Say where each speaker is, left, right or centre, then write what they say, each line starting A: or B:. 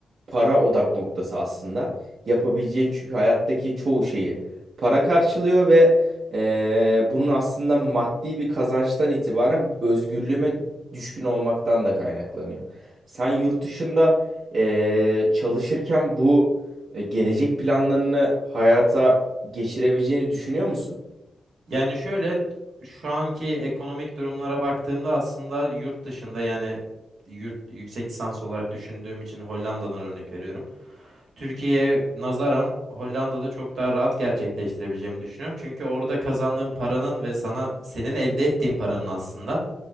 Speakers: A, on the right (about 55°); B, on the right (about 75°).
A: para odak noktası aslında. Yapabileceğin çünkü hayattaki çoğu şeyi para karşılıyor ve eee, bunun aslında maddi bir kazançtan itibaren özgürlüğüme düşkün olmaktan da kaynaklanıyor. Sen yurt dışında eee, çalışırken bu e, gelecek planlarını hayata geçirebileceğini düşünüyor musun?
B: Yani şöyle şu anki ekonomik durumlara baktığımda aslında yurt dışında yani yurt yüksek lisans olarak düşündüğüm için Hollanda'dan örnek veriyorum. Türkiye'ye nazaran Hollanda'da çok daha rahat gerçekleştirebileceğimi düşünüyorum. Çünkü orada kazandığın paranın ve sana senin elde ettiğin paranın aslında